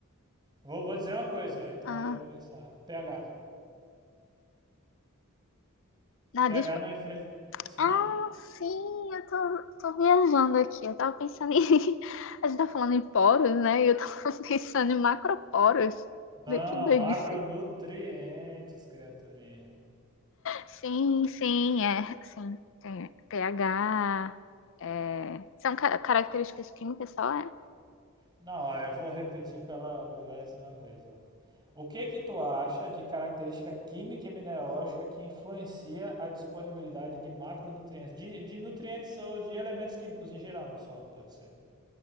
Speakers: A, on the right; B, on the left.
A: Vou, vou dizer uma coisa, aí tu
B: Ah,
A: vai pensar. pH.
B: na
A: pH
B: dispo...
A: não influencia. Sim?
B: ah sim, eu tô, tô viajando aqui. Eu tava pensando em. <laughs> A gente tá falando em poros, né? E eu tava <laughs> pensando em macroporos.
A: Não,
B: Vê Que doidice.
A: macronutrientes, criaturinha.
B: Sim, sim, é, sim, tem pH, é, são ca- características químicas só, é?
A: Não, ó, eu vou repetir pela milésima vez, ó. O que que tu acha de característica química e mineralógica que influencia a disponibilidade de macronutrientes, de, de nutrientes ou de elementos químicos em geral no solo, pode ser.